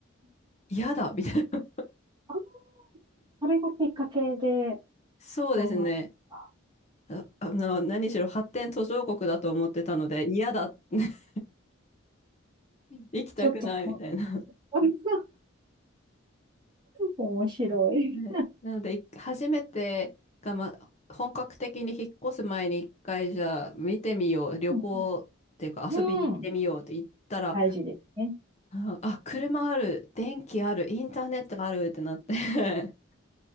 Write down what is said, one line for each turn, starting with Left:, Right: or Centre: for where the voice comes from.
Left: 嫌だみたいな。
Right: あそれがきっかけで、
Left: <laughs> そうですね。
Right: そうなった。
Left: あ、あの、何しろ発展途上国だと思ってたので、嫌だ。<laughs> 行きたくないみたいな。
Right: ちょっとそ、<laughs> 面白い。
Left: ねなので、い初めてが、まあ、本格的に引っ越す前に一回じゃあ見てみよう、旅行っていうか遊びに行ってみようって言ったら、
Right: うんうん大事ですね。
Left: うんあ、車ある、電気ある、インターネットあるってなって <laughs>